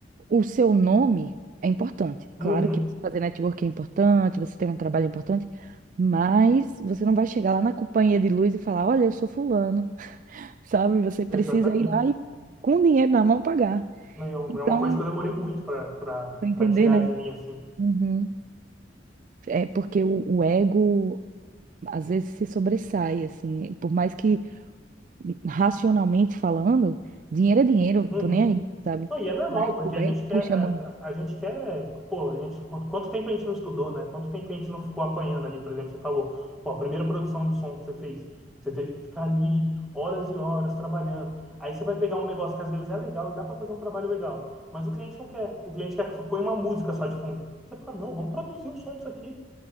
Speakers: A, on the right (about 45°); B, in the centre.
A: o seu nome é importante.
B: Uhum,
A: Claro que você fazer network é importante, você tem um trabalho é importante, mas você não vai chegar lá na companhia de luz e falar, olha, eu sou fulano, <laughs> sabe? Você precisa
B: exatamente.
A: ir lá e, com dinheiro na mão, pagar.
B: Não, É um-
A: Então,
B: é uma coisa que eu demorei muito para
A: para entender,
B: tirar
A: né?
B: de mim, assim.
A: Uhum. É porque o, o ego, às vezes, se sobressai, assim, por mais que racionalmente falando, dinheiro é dinheiro,
B: Uhum.
A: tô nem aí, sabe?
B: Não, e é normal,
A: Mas
B: porque
A: o
B: a
A: ego
B: gente quer,
A: puxa
B: a,
A: muito.
B: a a gente quer, pô, a gente, quanto, quanto tempo a gente não estudou, né? Quanto tempo a gente não ficou apanhando ali, por exemplo, você falou, pô, a primeira produção de som que você fez, você teve que ficar ali horas e horas trabalhando. Aí você vai pegar um negócio que às vezes é legal e dá para fazer um trabalho legal, mas o cliente não quer. O cliente quer que põe uma música só de fundo. Você fala, não, vamos produzir o som disso aqui.